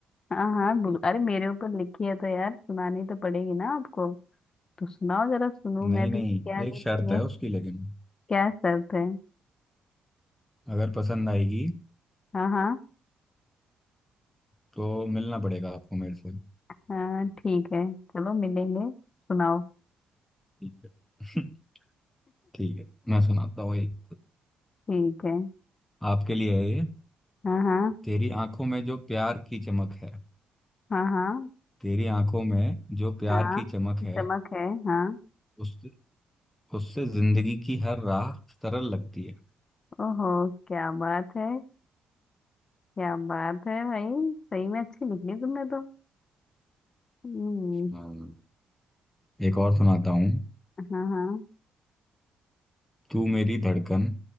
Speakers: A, on the left; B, in the centre.
A: हाँ हाँ बिल्कुल अरे मेरे ऊपर लिखी है तो यार सुनानी तो पड़ेगी ना आपको तो सुनाओ जरा सुनूं
B: नहीं
A: मैं
B: नहीं
A: भी क्या लिखी
B: एक शर्त है
A: है
B: उसकी लेकिन
A: क्या शर्त है
B: अगर पसंद आएगी
A: हाँ हाँ
B: तो मिलना पड़ेगा आपको मेरे से
A: हाँ ठीक है चलो मिलेंगे सुनाओ
B: ठीक है <laughs> ठीक है मैं सुनाता हूँ एक
A: ठीक है
B: आपके लिए है ये
A: हाँ हाँ
B: तेरी आंखों में जो प्यार की चमक है
A: हाँ हाँ
B: तेरी आंखों में जो प्यार
A: हाँ
B: की चमक है
A: चमक है हाँ
B: उस उससे जिंदगी की हर राह सरल लगती है
A: ओहो क्या बात है क्या बात है भाई सही में अच्छी लिख ली तुमने तो हम्म
B: हाँ एक और सुनाता हूँ
A: हाँ हाँ
B: तू मेरी धड़कन